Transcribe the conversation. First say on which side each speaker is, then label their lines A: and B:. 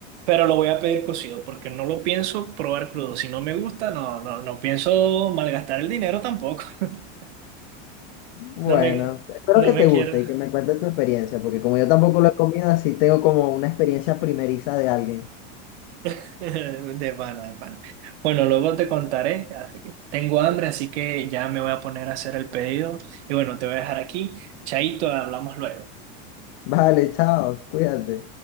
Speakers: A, on the right; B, on the left.
A: Pero lo voy a pedir cocido porque no lo pienso probar crudo. Si no me gusta, no, no, no pienso malgastar el dinero tampoco. <laughs>
B: bueno,
A: No me,
B: espero
A: no
B: que
A: me
B: te
A: quiero.
B: guste y que me cuentes tu experiencia, porque como yo tampoco lo he comido, así tengo como una experiencia primeriza de alguien.
A: <laughs> De pana, de pana. Bueno, luego te contaré. así que Tengo hambre, así que ya me voy a poner a hacer el pedido. Y bueno, te voy a dejar aquí. Chaito, hablamos luego.
B: Vale, chao, cuídate.